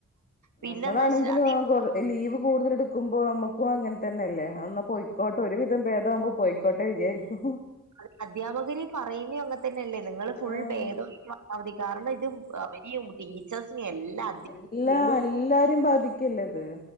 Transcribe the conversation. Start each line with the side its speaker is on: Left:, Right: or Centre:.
Right: പിന്നെന്താ
Left: നമ്മളാണെങ്കിലും
Right: വെച്ച അത്
Left: ആ കൊറ ലീവ് കൂടുതലെടുക്കുമ്പോ അമ്മക്കും അങ്ങൻതന്നല്ലേ അന്നാ പോയിക്കോട്ടെ ഒരു വിധം ഭേദാമ്പോ പോയിക്ക കോട്ടേ വിചാരിക്കും
Right: അ അധ്യാപകര് പറയുന്നേ അങ്ങതന്നെയല്ലേ നിങ്ങള് ഫുൾ
Left: ആഹ്
Right: ഭേദയിറ്റ് വന്നാ മതി കാരണം ഇത് വെ യും ടീച്ചേഴസ്നെല്ലാ
Left: എല്ലാ എല്ലാരും ബാധിക്കില്ലേത്